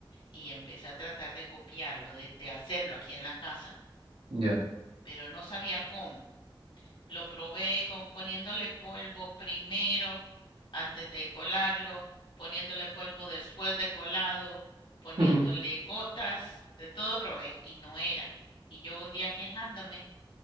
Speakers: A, on the left; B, on the right.
A: Y empecé a tratar de copiarlo, de, de hacerlo aquí en la casa,
B: Ya.
A: pero no sabía cómo. Lo probé con poniéndole polvo primero antes de colarlo, poniéndole polvo después de colado,
B: <laughs>
A: poniéndole
B: Ujú.
A: gotas, de todo probé y no era. Y yo un día quejándome,